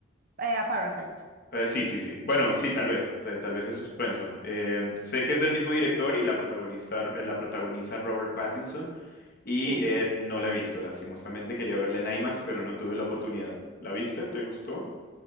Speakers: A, on the right (about 45°); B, on the left (about 50°).
A: eh, a Parasite.
B: Eh, sí, sí, sí. Bueno, sí, tal vez, eh, tal vez es suspenso. Eh, sé que es del mismo director y la protagonista, eh, la protagoniza Robert Pattinson y
A: Sí,
B: eh, no la he visto, lastimosamente quería verla en IMAX, pero no tuve la oportunidad. ¿La viste? ¿Te gustó?